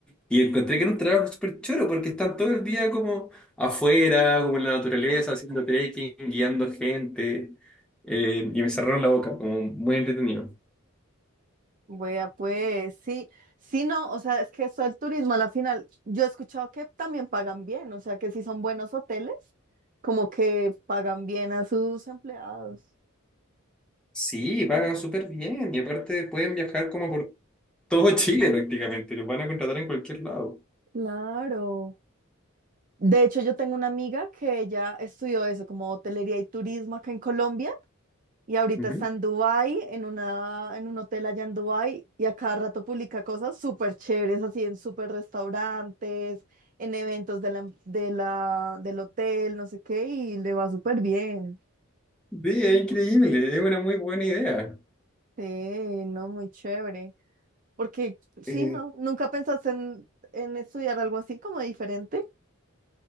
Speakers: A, in the centre; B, on the right.
A: Y encontré que era un trabajo súper choro porque están todo el día como afuera, como en la naturaleza, haciendo trekking, guiando gente. Eh, y me cerraron la boca, como muy entretenido.
B: Vea, pues sí, sí, no, o sea, es que eso el turismo a la final, yo he escuchado que también pagan bien, o sea, que si son buenos hoteles, como que pagan bien a sus empleados.
A: Sí, pagan súper bien y aparte pueden viajar como por todo <laughs> Chile prácticamente, los van a contratar en cualquier lado.
B: Claro. De hecho, yo tengo una amiga que ella estudió eso, como hotelería y turismo acá en Colombia, Y ahorita
A: Ujú.
B: está en Dubái, en una, en un hotel allá en Dubái, y a cada rato publica cosas súper chéveres, así en súper restaurantes, en eventos de la, em- de la, del hotel, no sé qué, y le va súper bien.
A: Sí, es increíble, es una muy buena idea.
B: Sí, no, muy chévere. Porque, sí,
A: Eh,
B: ¿no? ¿Nunca pensaste en, en estudiar algo así como diferente?